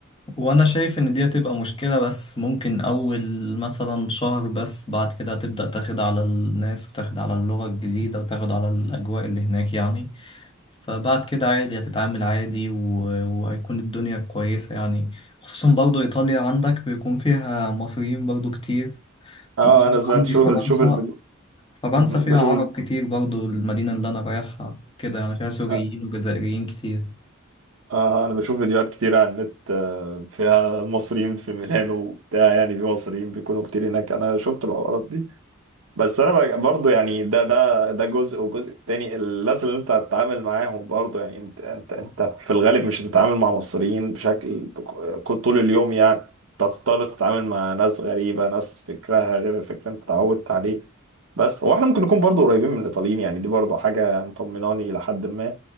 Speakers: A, on the left (about 25°); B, on the right (about 80°).
A: وانا شايف ان دي هتبقى مشكلة بس ممكن اول مثلا شهر بس بعد كده هتبدأ تاخد على الناس وتاخد على اللغة الجديدة وتاخد على الاجواء اللي هناك يعني فبعد كده عادي هتتعامل عادي و- وهيكون الدنيا كويسة يعني خصوصا برضو ايطاليا عندك بيكون فيها مصريين برضو كتير
B: اه
A: وبرضه
B: آه، انا سمعت
A: عندي
B: شوف
A: فرنسا
B: ال- شوف الفيديو
A: فرنسا
B: مهم.
A: فيها
B: بشوف
A: عرب
B: ال...
A: كتير برضه المدينة اللي أنا رايحها كده يعني فيها سوريين
B: اه
A: وجزائريين كتير
B: آه، آه، انا بشوف فيديوهات كتير على النت آه، فيها المصريين في ميلانو وبتاع يعني في مصريين بيكونوا كتير هناك انا شفت الحوارات دي بس انا بقى- برضو يعني ده ده ده جزء والجزء التاني الناس اللي انت هتتعامل معاهم برضو يعني انت انت انت في الغالب مش هتتعامل مع مصريين بشكل ك- طول اليوم يعني أنت هتضطر تتعامل مع ناس غريبة ناس فكرها غير الفكر اللي انت اتعودت عليه بس هو احنا ممكن نكون برضو قريبين من الايطاليين يعني دي برضو حاجة مطمناني الى حد ما